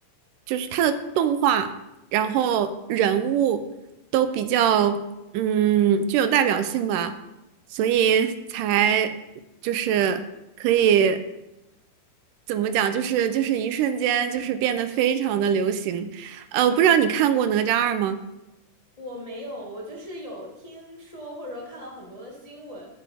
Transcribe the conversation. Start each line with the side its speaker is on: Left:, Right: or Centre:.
Right: 就是它的动画，然后人物都比较嗯具有代表性吧，所以才就是可以怎么讲，就是就是一瞬间就是变得非常的流行，呃，我不知道你看过哪吒二吗？
Left: 我没有，我就是有听说或者说看到很多的新闻，